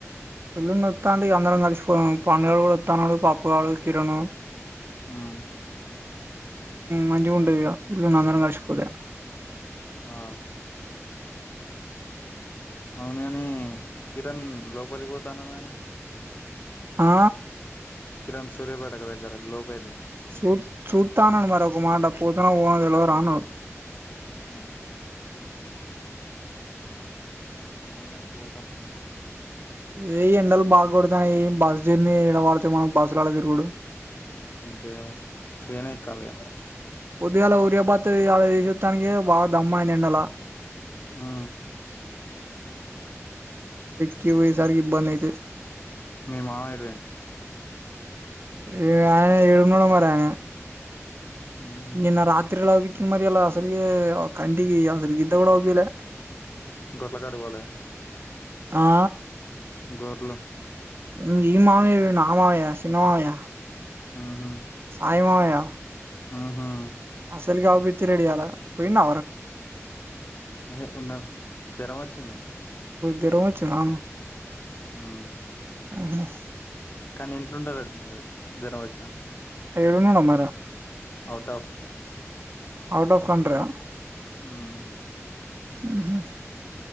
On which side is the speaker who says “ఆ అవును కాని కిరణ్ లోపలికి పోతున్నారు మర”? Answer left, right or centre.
Left